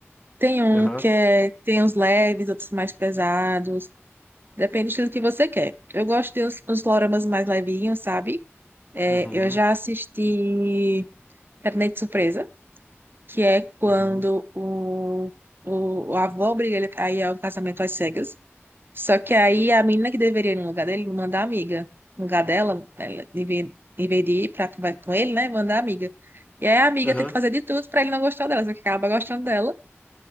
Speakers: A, on the right; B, on the left.
A: Tem um
B: Aham,
A: que é, tem uns leves, outros mais pesados. Depende do estilo que você quer. Eu gosto de uns, uns doramas mais levinhos, sabe? É,
B: uhum,
A: eu já assisti Gabinete de Surpresa, que é quando
B: uhum,
A: o, o, o avô obriga ele a ir ao casamento às cegas. Só que aí a menina que deveria ir no lugar dele mandar a amiga. No lugar dela, ela deve- deveria ir pra conversar com ele, né? mandar a amiga. E aí a amiga
B: aham,
A: tenta fazer de tudo pra ele não gostar dela, só que acaba gostando dela.